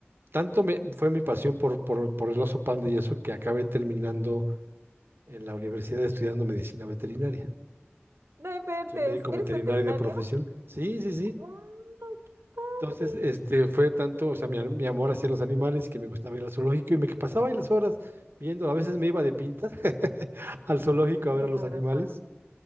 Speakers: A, on the right; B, on the right.
A: tanto me, fue mi pasión por, por, por el oso panda y eso que acabé terminando en la universidad estudiando medicina veterinaria.
B: No inventes.
A: Soy médico
B: ¿Eres
A: veterinario
B: veterinario?
A: de profesión. Sí, sí, sí.
B: ¡Wow! ¡Qué padre!
A: Entonces, este fue tanto, o sea, mi, a- mi amor hacia los animales que me gustaba ir al zoológico y me que pasaba ahí las horas viendo, a veces me iba de pinta <laughs> al zoológico a
B: Solo
A: ver a
B: para
A: los
B: ver
A: animales
B: al panda.